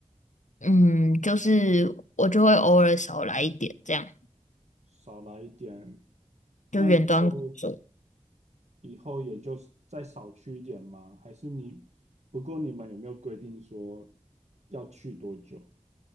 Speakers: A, on the left; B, on the right.
A: 嗯，就是我就会偶尔少来一点，这样
B: 少来一点，那以后
A: 就远端工作。
B: 以后也就是再少去一点吗？还是你，不过你们有没有规定说要去多久？